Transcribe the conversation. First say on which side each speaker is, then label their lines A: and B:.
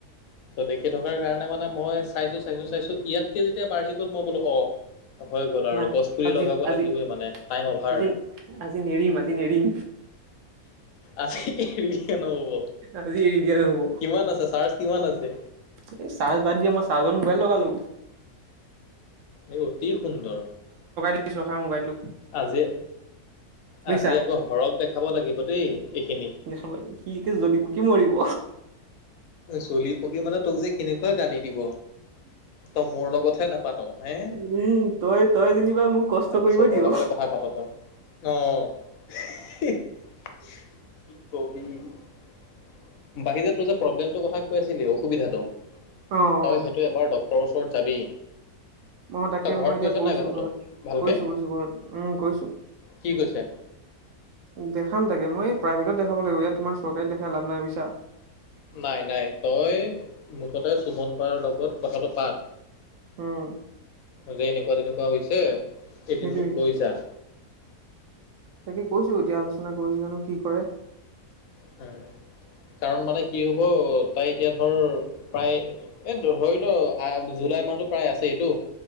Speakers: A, on the left; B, on the right.
A: তো দেখি থকাৰ কাৰণে মানে মই চাইছো, চাইছো, চাইছো ইয়াতকে যেতিয়া বাঢ়ি গ'ল মই বোলো অ'। হৈ গ'ল আৰু
B: নাই
A: গছ পুলি
B: আজি
A: লগাব
B: আজি
A: লাগিবই মানে টাইম অভাৰ।
B: আজি আজি নেৰিম আজি নেৰিম
A: আজি নহ'ব
B: আজি এৰি দিয়া নহ'ব
A: কিমান আছে চাৰ্জ কিমান আছে।
B: এই চাৰ্জ বাদ দিয়া মই চাৰ্জত মোবাইল লগালো।
A: এই অতি সুন্দৰ।
B: <unintelligible> ৰখা মোবাইলটো
A: আজি
B: বুজিছা
A: আজি আকৌ হৰক দেখাব লাগিব দেই এইখিনি
B: দেখাবা সি একে জ্বলিব পকি মৰিব।
A: চলি পকি মানে তোক যে কেনেকুৱা গালি দিব, তই মোৰ লগতহে নাপাত। হে
B: উম তই তই যেনিবা মোক কষ্ট
A: বাকী
B: কৰিব
A: চবৰ
B: দিয়
A: লগতে
B: অ',
A: কথা পাতৰ। অহ' বাকী যে তোৰ যে প্ৰব্লেমটোৰ কথা কৈ আছিলি অসুবিধাতটো
B: অ',
A: তই সেইটো এবাৰ ডক্তৰৰ ওচৰত যাবি।
B: অ' তাকে
A: তই ঘৰত
B: মই এতিয়া
A: কৈছ
B: কৈছো
A: নাই কথাটো
B: ঘৰত
A: ভালকে
B: কৈছো, কৈছো ঘৰত উম, কৈছো।
A: কি কৈছে
B: দেখাম তাকে মই প্ৰাইভেটত দেখাব লাগিব। ইয়াত তোমাৰ চৰকাৰী দেখাই লাভ নাই বুইছা।
A: নাই নাই তই মুঠতে চুমন বাৰ লগত কথাটো পাত।
B: উম।
A: যে এনেকুৱা তেনেকুৱা হৈছে এদিন
B: সেইটোৱে
A: মোক লৈ যা।
B: তাকে কৈছো এতিয়া আলোচনা কৰিছো জানো কি কৰে।
A: হয়। কাৰণ মানে কি হ'ব তই এতিয়া ধৰ প্ৰায় এ ধৰি লওঁ জুলাই মাহটো প্ৰায় আছে টো